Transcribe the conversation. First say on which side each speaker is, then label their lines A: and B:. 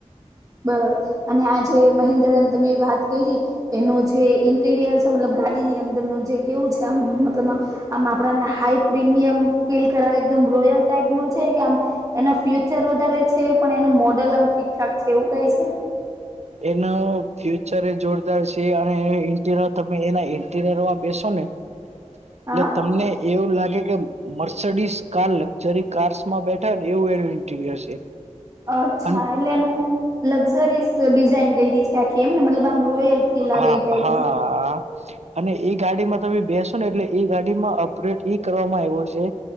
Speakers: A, on the right; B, on the right.
A: બરાબર અને આજે મહેન્દ્રને તમે વાત કરી. એનું જે ઇન્ટીરિયર મતલબ ગાડીની અંદરનું જે કેવું છે આમ મતલબ આમ આપણને હાઈ પ્રીમિયમ ફીલ કરાવે એકદમ રોયલ ટાઈપ નુ છે કે આમ એના ફ્યુચર વધારે છે પણ એનું મોડલ આમ ઠીકઠાક છે એવું કઈ છે
B: એનો ફ્યુચર એ જોરદાર છે અને ઇન્ટર તમે એના <unintelligible> બેસો ને એટલે
A: હા
B: તમને એવું લાગે કે મર્સડીસ કાર લક્ઝરી કાર્સમાં બેઠા હો ને એવું એ ન્ટરયર છે
A: અચ્છા
B: અને
A: એટલે એનું લક્ઝરીઝ ડિઝાઇન ગયેલી છે આખી એમ ને મતલબ આમ રોયલ ફીલ આવે
B: હા
A: એ ટાઈપમાં
B: હા અને એઈ ગાડીમાં તમે બેસો ને એટલે એ ગાડીમાં અપડ્રેટ ઈ કરવામાં આવ્યો છે